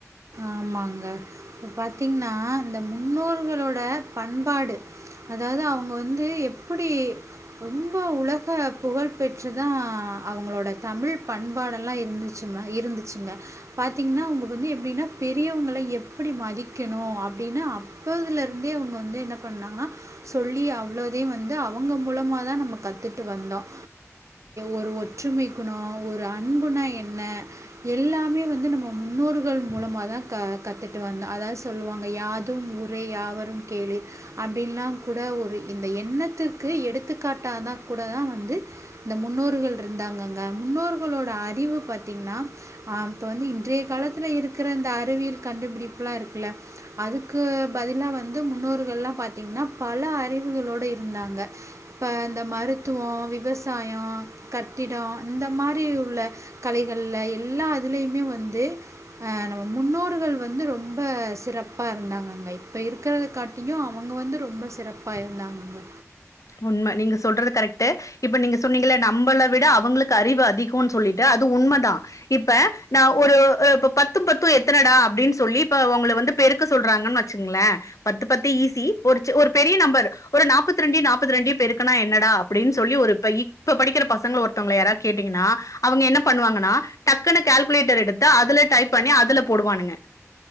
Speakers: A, on the right; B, on the left.
A: ஆமாங்க இப்ப பாத்தீங்கன்னா இந்த முன்னோர்களோட பண்பாடு அதாவது அவுங்க வந்து எப்படி ரொம்ப உலக புகழ் பெற் று தான் அவுங்களோட தமிழ் பண்பாடெல்லாம் இருந்துச்சு இருந்துச்சுங்க பார்த்தீங்கன்னா அவுங்க வந்து எப்படின்னா பெரியவங்கள எப்படி மதிக்கணும் அப்படின்னு அப்போதுல இருந்தே அவுங்க வந்து என்ன பண்ணாங்கன்னா சொல்லி அவ்வளோதே வந்து அவுங்க மூலமா தான் நம்ம கத்துட்டு வந்தோம் ஒரு ஒற்றுமை குணம் ஒரு அன்புணா என்ன எல்லாமே வந்து நம்ம முன்னோர்கள் மூலமா தான் கத்துட்டு வந்தோம் அதான் சொல்லுவாங்க யாதும் ஊரே யாவரும் கேளீர் அப்படின்லாம் கூட இந்த எண்ணத்துக்கு எடுத்துக்காட்டாதான் கூட வந்து இந்த முன்னோர்கள் இருந்தாங்கக முன்னோர்களோட அறிவு பாத்தீங்கன்னா வந்து இன்றைய காலத்தில் இருக்கிற இந்த அ றிவியல் கண்டுபிடிப்புலாம் இருக்குல அதுக்கு பதிலா வந்து முன்னோர்கள்லாம் பார்த்தீங்கன்னா பல அறிவுகளோடு இருந்தாங்க இப்ப இந்த மருத்துவம் விவசாயம் கட்டிடம் இந்த மாதிரி உள்ள கலைகள்ல எல்லா இதுலயுமே வந்து நம முன்னோர்கள் வந்து ரொம்ப சிறப்பாக இருந்தாங்கங்க இப்போ இருக்கத காாட்டியியும் அவுங்க வந்து ரொம்ப சிறப்பா இருந்தாங்கங்க
B: உண்மை நீங்க சொல்றது கரெக்ட்டு இப்ப நீங்க சொன்னீங்கல நம்மள விட அவுங்களுக்கு அறிவு அதிகம்னு சொல்லிட்டு அது உண்மைதான் இப்ப நான் ஒரு இப்ப பத்தும் பத்தும் எத்தனைடா அப்படின்னு சொல்லி இப்ப அவுங்க வந்து பெருக்க சொல்றாங்கன்னு வச்சுங்களேன் பத்து பத்து ஈஸி ஒரு ஒரு பெரிய நம்பர் ஒரு நாப்பத்த ரெண்டு நா ப்பத்து ரெண்டையும் பெருக்கினா என்னடா அப்படினு சொல்லி ஒரு பை இப்போ படிக்கிற பசங்கள ஒருத்தவுங்கள யாரையாவது கேட்டீங்கனா அவுங்க என்ன பண்ணுவாங்கன்னா டக்குனு கால்குலேட்டர் எடுத்து அதுலயே டைப் பண்ணி அதுல போடுவாங்க